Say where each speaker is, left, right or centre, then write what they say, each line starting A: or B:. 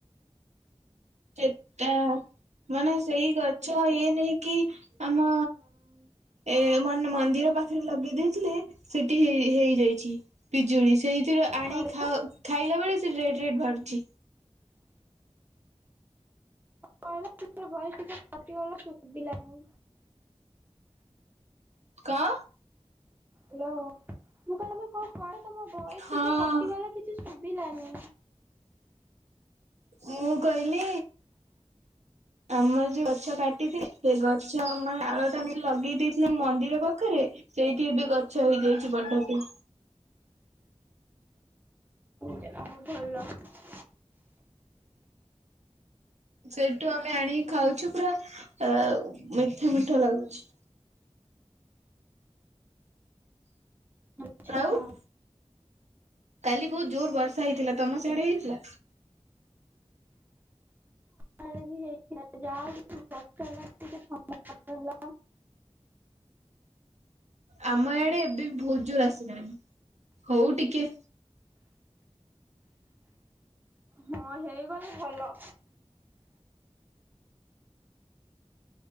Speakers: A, on the right; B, on the right.
A: ସେଟା ମାନେ ସେଇ ଗଛ ଇଏ ନେଇକିି ଆମ ଏ ମାନେ ମନ୍ଦିର ପାଖେରେ ଲଗେଇ ଦେଇଥିଲେ, ସେଠି ହେଇ ହେଇଯାଇଛି ପିଜୁଳି ସେଇ ଥିରୁ ଆଣି
B: କହିଲ
A: ଖାଇଲା ବେଳେ ସେ ରେଟ୍ ରେଟ୍ ବାହାରୁଛି।
B: କହିଲ ତୋମର ଭଏସ୍ ଟିକେ କଟିଗଲା ସୁଭିଲନି।
A: କଣ?
B: ହାଲୋ, ମୁଁ କହିଲି ମୁଁ କଣ <unintelligible> ତମ ଭଏସ୍
A: ହଁ।
B: ଟିକେ କଟିଗଲା କିଛି ଶୁଭିଲାନି।
A: ମୁଁ କହିଲି ଆମର ଯୋଉ ଗଛ କାଟିଥିଲେ, ସେ ଗଛ ଆମ ଡ଼ାଳ ଟା ଲଗେଇ ଦେଇଥିଲେ ମନ୍ଦିର ପାଖେରେ ସେଇଠି ଏବେ ଗଛ ହେଇଯାଇଛି ବଡ କି।
B: <unintelligible>
A: ସେଇଠୁ ଆମେ ଆଣିକି ଖାଉଛୁ ପୁରା ଅ ମିଠା-ମିଠା ଲାଗୁଛି।
B: ଆଛା।
A: ଆଉ କାଲି ବହୁତ ଜୋର ବର୍ଷା ହେଇଥିଲା ତମ ସିଆଡେ ହେଇଥିଲା?
B: କାଳେ ହେଇଥିଲା ଯା ଟିକେ <unintelligible> <unintelligible>
A: ଆମ ଆଡେ ଏବେ ବି ବହୁତ ଜୋର ଆସିିଲାଣି ହଉ ଟିକେ।
B: ହଁ ହେଇ ଗଲେ ଭଲ।